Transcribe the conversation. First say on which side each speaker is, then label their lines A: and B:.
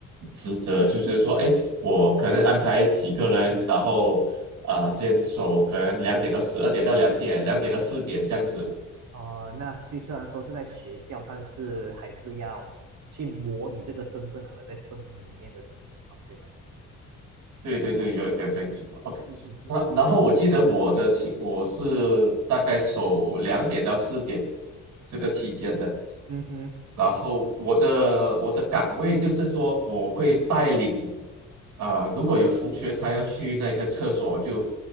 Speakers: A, on the right (about 80°); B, on the right (about 65°).
A: 职责，就是说，
B: 就
A: 哎，我可能安排几个人，然后啊、先守，可能两点到十二点到两点，两点到四点这样子。
B: 呃，那虽虽然说是在学校，但是还是要去模拟这个真正可能在森林里面的这种情况，对吧？
A: 对对对，有这种情况。OK，
B: 嗯嗯。
A: 那然后我记得我的期我是大概守两点到四点这个期间的，
B: 嗯哼，
A: 然后我的我的岗位就是说我会带领啊、如果有同学他要去那个厕所，就